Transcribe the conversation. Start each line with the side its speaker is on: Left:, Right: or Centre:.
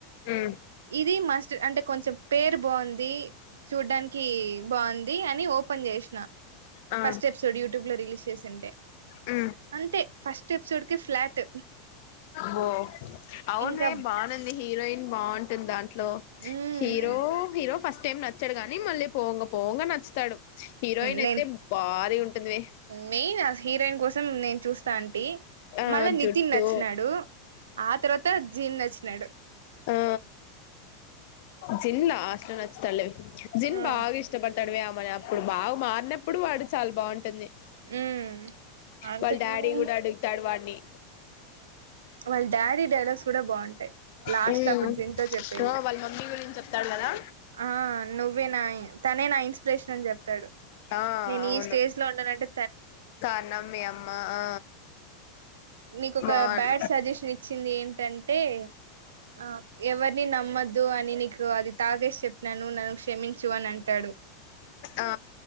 Left: ఉమ్
Right: ఇది మస్ట్ అంటే కొంచెం పేరు బాగుంది ది చూడ్డానికి బాగుంది అని ఓపెన్ చేసిన
Left: ఆ
Right: ఫస్ట్ ఎపిసోడ్ యూట్యూబ్ లో రిలీజ్ చేసింటే
Left: ఉ
Right: అంతే ఫస్ట్ ఎపిసోడ్ కి ఫ్లాట్
Left: అబో అవునువే
Right: ఇంకా
Left: బాగునుంది హీరోయిన్ బాగుంటుంది దా ట్లో
Right: హ్మ్
Left: హీరో హీరో ఫస్ట్ టైమ్ నచ్చడు గాని మళ్ళీ పోంగా పోంగా నచ్చుతాడు హీరోయిన్
Right: నేను
Left: అయితే భారీ ఉంటుంది
Right: మెయిన్ ఆ హీరోయిన్ కోసం నేను చూస్తాంటి
Left: ఆ
Right: మళ్ళా నితిన్
Left: జుట్టు
Right: నచ్చినాడు ఆ తర్వాత జీన్ నచ్చినాడు
Left: ఆ జిన్ లాస్ట్ లో నచ్చుతాళే జిన్
Right: ఆ
Left: బాగా ఇష్ ష్టపడతాడు ఆమెని అప్పుడు బాగా మారినప్పుడు వాడు చాలా బాగుంటుంది
Right: ఉమ్ అంతకు
Left: వాళ్ళ డాడీ
Right: ముందు
Left: గూడా అడుగుతాడు వాడిని
Right: వాళ్ళ డాడీ డైలాగ్స్ గూడా బాగుంటాయి లాస్ట్
Left: ఆ
Right: ఇట్లా అప్పుడు జిన్తో చెప్పేది
Left: వాళ్ళ మమ్మీ గురించి చెప్తాడు కదా
Right: ఆ నువ్వే నా తనే నా ఇన్స్ పేష్నా అని చెప్తాడు
Left: ఆ
Right: నేను
Left: అవును
Right: ఈ స్టేజ్ లో ఉన్నానంటే
Left: కారణం మీ అమ్మ ఆ
Right: మీకొక
Left: బాన్
Right: బ్యాడ్ సజెషన్ ఇచ్చింది ఏంటంటే ఆ ఎవరిని నమ్మొద్దు అని నీకు అది తాగేసి చెప్పినాను నన్ను క్షమించు అని అంటాడు
Left: ఆ